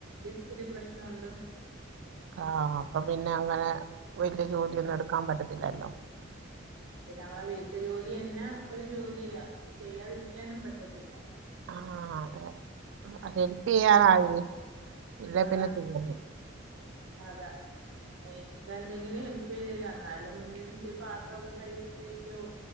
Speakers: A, on the right (about 80°); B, on the right (about 65°).
A: ഡിസ്കിൻ പ്രശ്നണ്ട്
B: ആഹ് അപ്പം പിന്നെ അങ്ങനെ വലിയ ജോലിയൊന്നും
A: ഒന്ന്
B: എടുക്കാൻ പറ്റത്തില്ലല്ലോ
A: പിന്നെ നമ്മളെ വീട്ടു ജോലി എന്നെ ഒരു ജോലിയ ചെയ്യാതിരിക്കാനും പറ്റത്തില്ല
B: ആഹ് അതെ ഹെല്പ് ചെയ്യാനായി ഇല്ലേ
A: ആ
B: പിന്നെ പിന്നെ തിന്നൽ
A: അതാ എയ്ക്ക ന്തെങ്കിലും ഹെൽപ് ചെയ്തരും അന്നാലും പാത്രം ഒക്കെ കഴുകി തരുവേയ്ക്കും